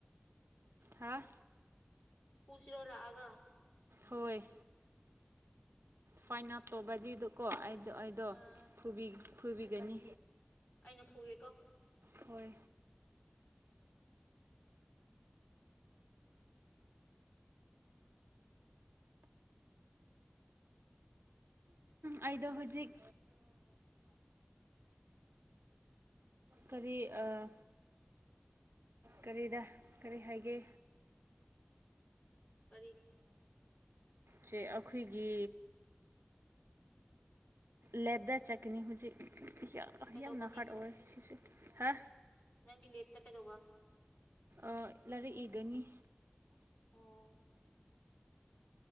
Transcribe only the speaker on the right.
ꯍꯥꯑꯥ
ꯍꯣꯏ ꯐꯥꯏꯅꯥ ꯇꯧꯕꯒꯤꯗꯀꯣ ꯑꯩꯗꯣ ꯑꯩꯗꯣ
ꯐꯨꯕꯤ ꯐꯨꯕꯤꯒꯅꯤ
ꯍꯣꯏ ꯑꯩꯗꯣ ꯍꯨꯖꯤꯛ
ꯀꯔꯤ ꯑꯥ ꯀꯔꯤꯗ ꯀꯔꯤ ꯍꯥꯏꯒꯦ
ꯆꯦ ꯑꯈꯣꯏꯒꯤ ꯂꯦꯕꯗ ꯆꯠꯀꯅꯤ ꯍꯨꯖꯤꯛ ꯌꯥ
ꯌꯥꯝꯅ ꯍꯔꯠ ꯑꯣꯑꯦ ꯑꯁꯤꯁꯨ ꯍꯥ
ꯑꯥ ꯂꯥꯏꯔꯤꯛ ꯏꯒꯅꯤ